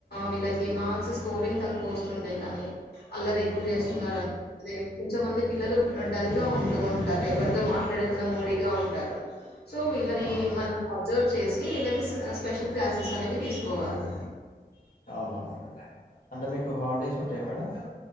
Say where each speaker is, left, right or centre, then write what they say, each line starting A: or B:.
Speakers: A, on the left; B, on the left.
A: వీళ్ళకి మార్క్స్ స్కోరింగ్ తక్కువోస్తుంటయ్ కనీ అల్లరి ఎక్కువ చేస్తున్నార
B: ఉమ్
A: దే కొంచమంది పిల్లలు డల్ గా ఉంటూ ఉంటారు ఎవరితో మాట్లాడకుండా మూడీగా ఉంటారు సో వీళ్ళని
B: ఉమ్
A: మనం అబ్జర్వ్ చేసి వీళ్ళకి స్ స్పెషల్ క్లాసెస్ అనేవి తీసుకోవాలి
B: అవునా మేడం అంటే మీకు హాల్డేస్ ఉంటాయ మేడం